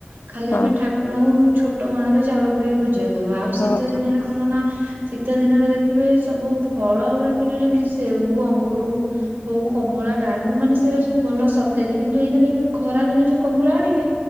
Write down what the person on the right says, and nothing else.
ଖାଲି
ଆମେ ଠାକୁରଙ୍କୁ ଛୋଟ ମାଣରେ ଚାଉଳ ପୁରେଇ କି ପୂଜା କରୁ। ଆଉ, ଶୀତ
ଦିନରେ
କଣ ନା ଶିତ୍ ଶୀତ ଦିନରେ ଦେଖିବେ, ସବୁ ଫଳଗୁରା ବି ଯୋଉ ଯେମିତି ସେଉ, ଅଙ୍ଗୁରୁ ହଉ କମଳା, ଡାଳିମ୍ବ ମାନେ ସେଇରା ସବୁ ଭଲ ସତେଜ୍। କିନ୍ତୁ, ଏଇନା ଦେଖିବେ, ଖରା ଦିନେ ଯୋଉ କମଳା ଆଣିବେ